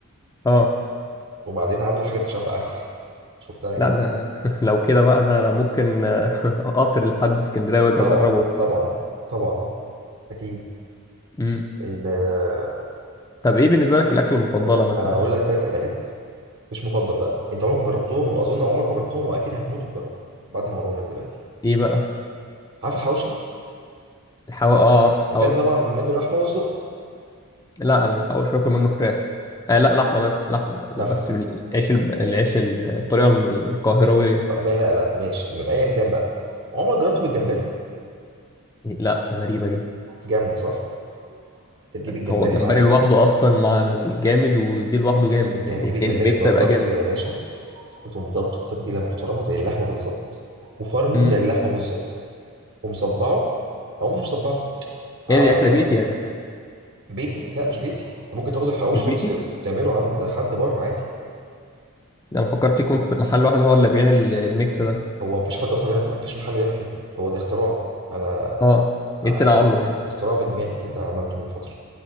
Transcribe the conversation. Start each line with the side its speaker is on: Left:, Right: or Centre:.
Left: اه
Right: وبعدين عنده الحاجة بتشبع أوي <laughs> شفتها يعني
Left: لا ده <laughs> لو كده بقى ده انا ممكن آه، <laughs> قطر لحد اسكندريه واجي
Right: طبعا
Left: اجربه
Right: طبعا طبعا أكيد
Left: امم
Right: ال- آه،
Left: طب ايه بالنسبه لك الاكله المفضله مثلا
Right: أنا هقول لك تلات أكلات مش مفضل بقى انت عمرك ما جربتهم واظن عمرك ما جربتهم واكيد هتموت وتجربهم بعد ما هقولهم لك دلوقتي
Left: ايه بقى
Right: عارف الحواوشي
Left: الحوا اه عارف الحواوشي
Right: اكلت طبعا منه لحمه وصدق
Left: لا انا الحواوشي باكل منه فراخ آه لا لحمه بس لحمه
Right: لحمه
Left: لا، بس العيش الب- العيش ال- الطريقه القاهرويه
Right: آه، ما لا لا ماشي تمام ايا كان بقى عمرك جربته بالجمبري
Left: إيه، لا غريبه دي
Right: جامده صح تجيب الجمبري
Left: هو الجمبري
Right: يا معلم
Left: لوحده اصلا مع الجامد ودي لوحده جامد
Right: انت
Left: يعني
Right: هتجيب
Left: الاتنين
Right: الجمبري
Left: الميكس
Right: تنضفه
Left: هيبقى جامد
Right: يا باشا وتقوم ضابطه بتتبيله محترمه زي اللحمه بالظبط وفرمه
Left: امم
Right: زي اللحمه بالظبط ومصبعه او مش مصبعه عامله
Left: هي دي اكله
Right: ايه
Left: بيتي يعني
Right: بيتي لا مش بيتي انت ممكن تاخد الحواوشي
Left: مش
Right: تروح
Left: بيتي
Right: تعمله عند حد بره عادي
Left: انا فكرت يكون في محل واحد هو اللي بيبيع ال- الميكس
Right: آه،
Left: ده
Right: هو مفيش حد اصلا بيعمل مفيش محل بيعمل كده هو ده اختراع انا
Left: اه
Right: أخ-
Left: انت اللي عامله يعني
Right: اختراع من دماغي كده عملته من فتره